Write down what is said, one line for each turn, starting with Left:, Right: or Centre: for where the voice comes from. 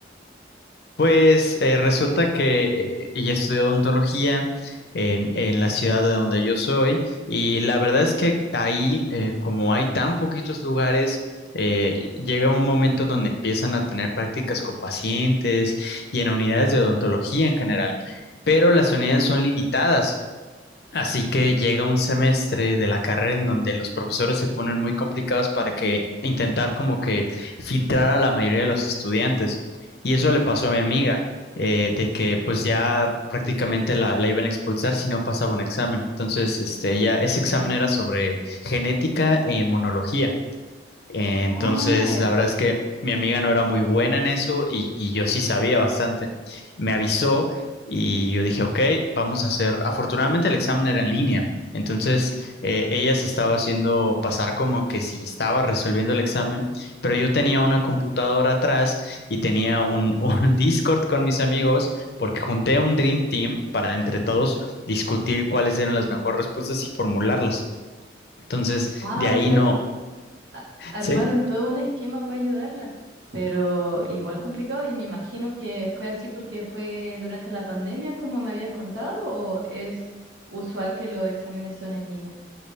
Left: Pues eh, resulta que eh, ella estudió odontología en, en la ciudad de donde yo soy y la verdad es que ahí, eh, como hay tan poquitos lugares, eh, llega un momento en donde empiezan a tener prácticas con pacientes y en unidades de odontología en general, pero las unidades son limitadas. Así que llega un semestre de la carrera en donde los profesores se ponen muy complicados para que intentar como que filtrar a la mayoría de los estudiantes. Y eso le pasó a mi amiga, eh, de que pues ya prácticamente la, la iban a expulsar si no pasaba un examen. Entonces, este, ella, ese examen
Right: Mm.
Left: era sobre genética e inmunología. Entonces,
Right: Ah, eh,
Left: la verdad es que mi amiga no era muy buena en eso y, y yo sí sabía bastante. Me avisó y yo dije, ok, vamos a hacer. Afortunadamente el examen era en línea. Entonces, eh, ella se estaba haciendo pasar como que si estaba resolviendo el examen, pero yo tenía una computadora atrás y tenía un, <laughs> un Discord con mis amigos porque junté un Dream Team para entre todos discutir cuáles eran las mejores respuestas y formularlas. Entonces,
Right: ah,
Left: de
Right: o
Left: ahí
Right: sea,
Left: no,
Right: s- a- armaron
Left: ¿sí?
Right: todo un esquema para ayudarla, pero igual complicado y me imagino que fue así porque fue durante la pandemia, como me habías contado, ¿o es usual que los exámenes son en línea?